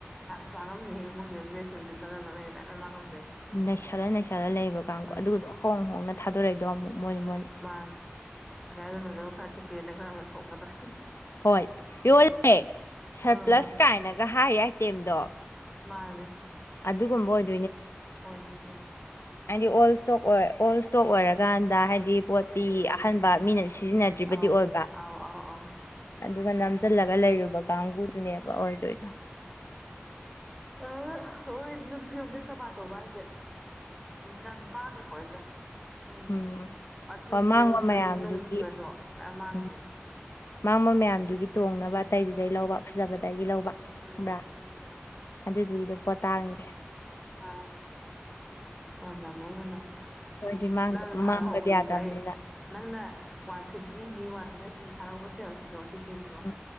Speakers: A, in the centre; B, on the left.
A: ꯁꯉꯝꯅꯦꯍꯦ ꯃꯣꯏꯅ ꯗ꯭ꯔꯦꯁꯁꯨ ꯃꯉꯝꯅꯦ
B: ꯅꯩꯁꯜꯂ ꯅꯩꯁꯜꯂ ꯂꯩꯕ ꯀꯥꯡꯣ
A: ꯎꯝ
B: ꯑꯗꯨꯒꯗꯣ ꯍꯣꯡ ꯍꯣꯡꯅ ꯊꯥꯗꯣꯔꯛꯏꯗꯣ ꯑꯃꯨꯛ ꯃꯣꯏꯅ ꯃꯣꯏꯅ
A: ꯃꯥ ꯑꯗ ꯑꯗꯨꯝꯕꯗꯣ ꯈꯔ ꯁꯤꯀꯦꯗ ꯈꯔ ꯑꯃ ꯊꯣꯡꯒꯗ꯭ꯔꯥ
B: ꯍꯣꯏ ꯌꯣꯜꯂꯦ ꯁꯔꯄ꯭ꯂꯁ
A: ꯑꯥ
B: ꯀꯥꯏꯅꯒ ꯍꯥꯏ ꯑꯥꯏꯇꯦꯝꯗꯣ
A: ꯃꯥꯅꯦ
B: ꯑꯗꯨ ꯀꯨꯝꯕ ꯑꯣꯏꯗꯣꯏꯅꯦ
A: ꯑꯣ ꯏꯅꯅꯦ <unintelligible>
B: ꯍꯥꯏꯗꯤ ꯑꯣꯜ ꯏꯁꯇꯣꯛ ꯑꯣꯏ ꯑꯣꯜ ꯏꯁꯇꯣꯛ ꯑꯣꯏꯔꯀꯥꯟꯗ ꯍꯥꯏꯗꯤ ꯗꯤ ꯄꯣꯠꯇꯤ
A: ꯁꯦꯠꯇꯕꯗꯤ
B: ꯑꯍꯟꯕ ꯃꯤꯅ
A: ꯎꯝ
B: ꯁꯤꯖꯤꯟꯅꯗ꯭ꯔꯤꯕꯗꯤ
A: ꯑꯥꯎ
B: ꯑꯣꯏꯕ
A: ꯑꯥꯎ ꯑꯥꯎ ꯑꯥꯎ
B: ꯑꯗꯨꯒ ꯅꯝꯁꯤꯜꯂꯒ ꯂꯩꯔꯨꯕ ꯀꯥꯡꯕꯨꯗꯨꯅꯦꯕ ꯑꯣꯏꯗꯣꯏꯗꯣ
A: ꯑ ꯍꯣꯏ ꯁꯨꯝ ꯐꯤꯔꯣꯝ ꯐ ꯀꯕꯥ ꯇꯧꯕ ꯍꯥꯏꯁꯦ ꯌꯥꯝ ꯃꯥꯉꯦ ꯄꯑꯦꯟꯗ ꯃꯣꯏ
B: ꯎꯝ
A: ꯃꯊꯤ
B: ꯍꯣꯏ
A: ꯊꯤꯕ
B: ꯃꯥꯡꯕ
A: ꯄ꯭ꯔꯤꯟ
B: ꯃꯌꯥꯝꯗꯨꯒꯤ
A: ꯅꯨꯡꯊꯤꯕꯗꯣ ꯃꯌꯥꯝ ꯃꯥꯡꯉꯕ
B: ꯎꯝ ꯃꯥꯡꯕ ꯃꯌꯥꯝꯗꯨꯒꯤ ꯇꯣꯡꯅꯕ ꯑꯇꯩꯗꯨꯗꯩ ꯂꯧꯕ ꯐꯖꯕꯗꯒꯤ ꯂ
A: ꯎꯝ
B: ꯭ꯔꯥ
A: ꯎꯝ
B: ꯑꯗꯨꯗꯨꯒꯤꯗ ꯄꯣ ꯇꯥꯡꯉꯁꯦ
A: ꯃꯥ ꯑꯣꯃ ꯑꯣꯃ
B: ꯍꯣꯏꯗꯤ
A: ꯅꯪ ꯊꯥꯔꯛꯍꯧꯕꯗꯨꯁꯨ
B: ꯃꯥꯡꯕꯗꯤ ꯌꯥꯗꯕꯅꯤꯅ
A: ꯑꯩ ꯅꯪꯅ ꯋꯥꯟ ꯐꯤꯐꯇꯤꯅꯤ ꯋꯥꯟ ꯍꯟꯗ꯭ꯔꯦꯠ ꯅꯦ ꯊꯥꯔꯛꯧꯕ ꯁꯦꯜꯁꯀꯤꯗꯣ ꯇꯤꯛꯀꯦꯠꯀꯤꯗꯣ
B: ꯎꯝ